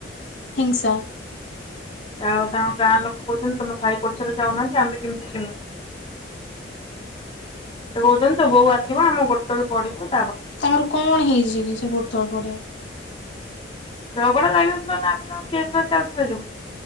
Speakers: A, on the left; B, on the left.
A: ହିଂସା ୲
B: ଆଉ ତାଙ୍କ ଗାଁ ଲୋକ କହୁଛନ୍ତି, ତମ ସାହି ପଡିଶାରେ ଯାଉନାହାନ୍ତି ୲ ଆମେ, କେମିତି ଜୀମୂ? ମତେ କହୁଛନ୍ତି, ତୋ ବୋଉ ଆସିବ, ଆମ ଗୋଡ ତଳେ ପଢିବ ୲
A: ତାଙ୍କର କଣ ହେଇଛି କି ସେ ଗୋଟ ତଳେ ପଡିଆ
B: ରଗଡା ଲାଗିଥିଲା ନା ଆଗ ବା ଚାଥିଲା ଯୋଉ